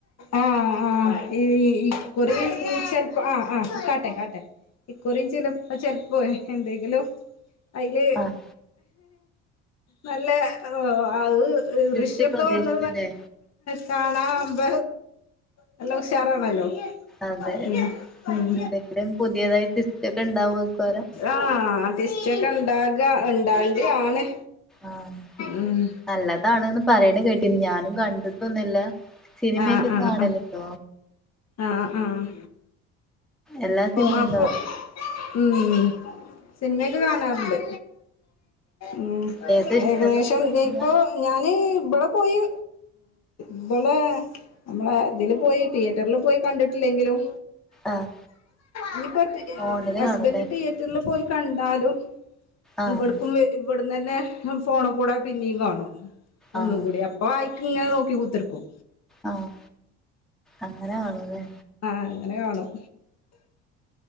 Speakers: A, on the left; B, in the centre.
A: ആഹ് ആഹ് ഈ കുറി ഈ ചെലപ്പോ ആ്ഹ്ആഹ് കാട്ടെ കാട്ടെ ഇക്കുറയും ചില ചെലപ്പോൾ എന്തെങ്കിലും അതില്
B: ആഹ്
A: നല്ല അത്
B: ട്വിസ്റ്റ്
A: ഋഷിയൊക്കെ
B: പ്രതീക്ഷിച്ചല്ലേ
A: വന്ന കാണാവുമ്പ നല്ലാം ഉഷാറാണല്ലോ
B: അതെ
A: ഉം ഉം
B: എന്തെക്കയും പുതിയതായി സ്റ്റൊക്കെ ഉണ്ടാവോ കാരം
A: ആഹ ടിസ്റ്റ ഒക്കെ ഉണ്ടാക ഉണ്ടാണ്ട ആണ്
B: ആഹ്
A: ഉം
B: നല്ലതാണന്ന് പറയണ കേട്ട് പിന്നെ ഞാനും കണ്ടിട്ടൊന്നുമില്ല സിനിമയൊക്കെ
A: ആഹ് ആഹ്
B: കാണാൻ
A: ആഹ്
B: ഉണ്ട്
A: ആഹ് ആഹ്
B: എല്ലാ സിനിമയും
A: ഓഹ് അപ്പോ
B: കാണും
A: ഉം സിനിമയൊക്കെ കാണാറുണ്ട് ഉ
B: ഏതാ ഇഷ്ടപ്പെട്ട
A: ഏകദേശം
B: സിനിമ
A: ഇപ്പൊ ഞാന് ഇവിടെ പോയി ഇവിള് നമ്മള് ഇതില് പോയി തിയേറ്ററിൽ പോയി കണ്ടിട്ടില്ലെങ്കിലും
B: ആഹ്
A: ഇനി ഇപ്പോൾ
B: ഫോണില്
A: ഹസ്ബൻഡ്
B: കാണൂല്ലേ
A: തിയേറ്ററിൽ പോയി കണ്ടാലും
B: ആഹ്
A: ഇവിടക്കും ഇവിടന്ന് തന്നെ ഫോണ് കൂട പിന്നെയും കാണും ഒന്ന
B: ആഹ്
A: കൂടി അപ്പ ആയിക്ക ഇങ്ങനെ നോക്കി കുൂത്തിർക്കും
B: ആഹ് അങ്ങനെ കാണല്ലേ
A: ആഹ് അങ്ങനെ കാണും